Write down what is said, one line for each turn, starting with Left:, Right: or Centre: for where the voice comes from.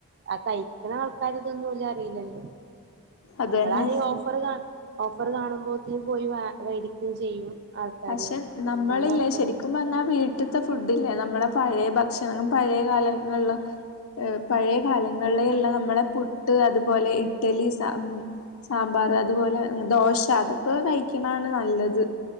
Right: ആ കഴിക്കണ ആൾക്കാര് ഇതൊന്നുമല്ല. ശീലണ്ട്
Left: അതന്നെ
Right: നമ്മളാണ് ഈ ഓഫർ കാ ഓഫർ കാണുമ്പോത്തിനന് പോയി വാ വേടിക്കയും ചെയ്യും ആൾക്കാര്
Left: പക്ഷെ നമ്മളില്ലേ
Right: നല്ല ഓഫറ്
Left: ശരിക്കും പറഞ്ഞാ വീട്ട്ത്തെ ഫുഡ്ല്ലേ നമ്മളെ പഴയ ഭക്ഷണം പഴയ കാലങ്ങളില് ഏഹ് പഴയ കാലങ്ങളിലെ
Right: ഉം
Left: യ്ള്ള നമ്മളെ പു ട്ട് അതുപോലെ ഇഡ്ഡലി സാം സാമ്പാറ് അതുപോലെ ദോശ അതൊക്കെ കഴിക്ക്ണാണ് നല്ലത്.